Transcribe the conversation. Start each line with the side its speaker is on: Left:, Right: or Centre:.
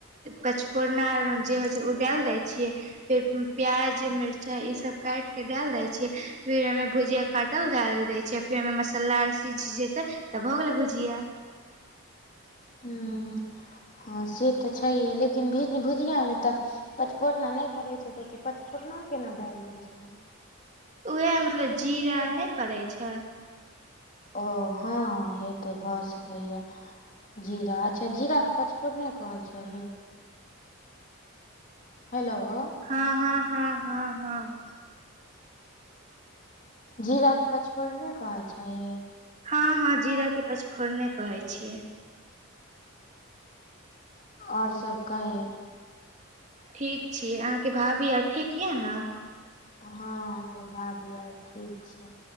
Right: पचफोरना जे होइ छै ओ डालि दय छियै फेर प्याज मिरचाई ई सब काटिके डालि दै छियै फिर ओहिमे भुजिया काटल डालि दै छियै फिर ओहिमे मसल्ला आर सिझ जेतै तऽ भऽ गेलै भुजिया।
Left: हूँ। हँ से तऽ छैहे लेकिन भिज भुजियामे तऽ पचफोरना नहि पड़ैत छै तऽ तु पचफोरना केना डालि दैत छही।
Right: उएह मतलब जीरा आर नहि पड़ै छै।
Left: ओ हँ हँ हेतऽ भऽ सकैया। जीरा अच्छा जीराके पचफोड़ने कहै छैही। हेलोउ।
Right: हँ हँ हँ हँ हँ।
Left: जीरा के पचफोरने कहै छही।
Right: हँ हँ जीरा के पचफोरने कहै छीयै।
Left: और सब कही।
Right: ठीक छीये अहाँके भाभी आर ठीक यऽ ना।
Left: हँ हमरो भावी आर ठीक छै